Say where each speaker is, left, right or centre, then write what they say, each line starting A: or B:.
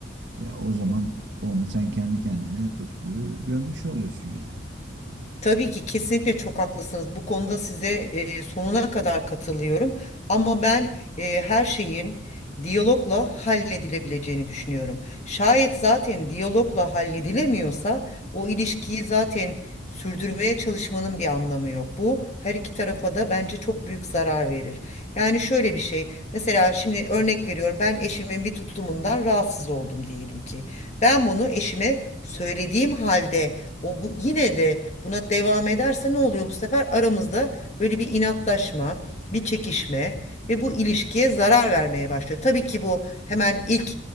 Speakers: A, on the right (about 60°); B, on the left (about 35°).
A: Ya o zaman onu sen kendi kendine tutkuyu gömmüş oluyorsun yani.
B: Tabii ki kesinlikle çok haklısınız. Bu konuda size e, sonuna kadar katılıyorum. Ama ben e, her şeyin diyalogla halledilebileceğini düşünüyorum. Şayet zaten diyalogla halledilemiyorsa o ilişkiyi zaten sürdürmeye çalışmanın bir anlamı yok. Bu her iki tarafa da bence çok büyük zarar verir. Yani şöyle bir şey. Mesela şimdi örnek veriyorum. Ben eşimin bir tutumundan rahatsız oldum diyelim ki. Ben bunu eşime söylediğim halde o bu, yine de buna devam ederse ne oluyor bu sefer? Aramızda böyle bir inatlaşma, bir çekişme ve bu ilişkiye zarar vermeye başlıyor. Tabii ki bu hemen ilk